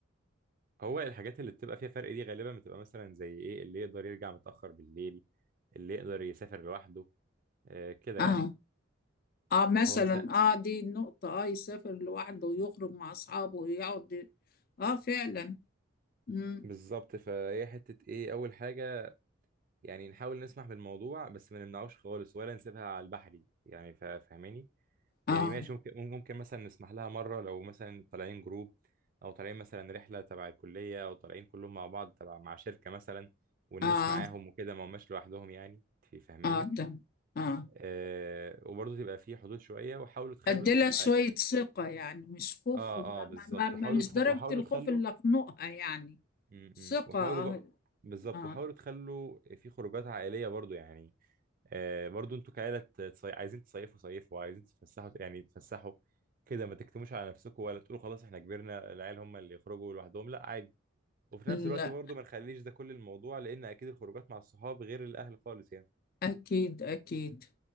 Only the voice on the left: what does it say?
اه
اه مثلا
اه دي النقطة اه يسافر لوحده ويخرج مع اصحابه ويقعد ي- اه فعلا مم.
اه
اه
اه تم اه
اديلها
شوية ثقة يعني مش خوف
ما
ما ما ما-
مش
درجة
الخوف
اللي اخنقها يعني
ثقة
اه
اه
لا
أكيد أكيد